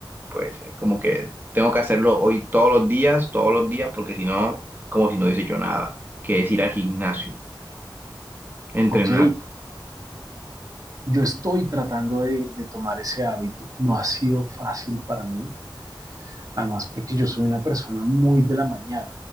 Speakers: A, on the right; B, on the right.
A: pues, es como que tengo que hacerlo hoy todos los días, todos los días, porque si no, como si no hubiese hecho nada, que es ir al gimnasio, entrenar.
B: Ok, yo estoy tratando de, de tomar ese hábito. No ha sido fácil para mí, además porque yo soy una persona muy de la mañana.